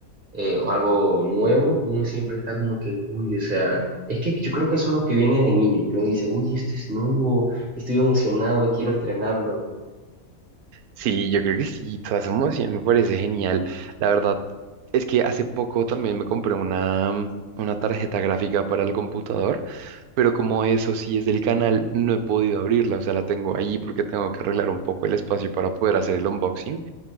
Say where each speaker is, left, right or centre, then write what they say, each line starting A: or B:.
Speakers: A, on the right; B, on the right.
A: eh, o algo nuevo, uno siempre está como que, uy, o sea, es que yo creo que eso es lo que viene desde niño, que uno dice, uy, esto es nuevo, estoy emocionado, quiero estrenarlo.
B: Sí, yo creo que sí, toda somos emoción me parece genial. La verdad es que hace poco también me compré una, mm, una tarjeta gráfica para el computador, pero como eso sí es del canal, no he podido abrirla, o sea, la tengo ahí porque tengo que arreglar un poco el espacio para poder hacer el unboxing.